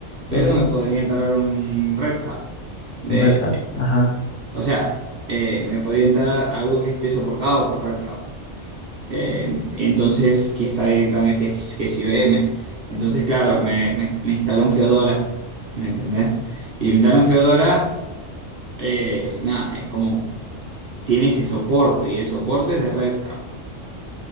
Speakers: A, on the right; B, on the left.
A: pero
B: Ujú,
A: me podría instalar un Red Hat. De,
B: Un Red Hat, ajá.
A: o sea, eh, me podría instalar algo que esté soportado por Red Hat. Eh, y entonces, que está directamente, que es, que es IBM. Entonces, claro, me, me, me instaló un Fedora, ¿me entendés? Y si me instala un Fedora, eh, nada, es como, tiene ese soporte y el soporte es de Red Hat.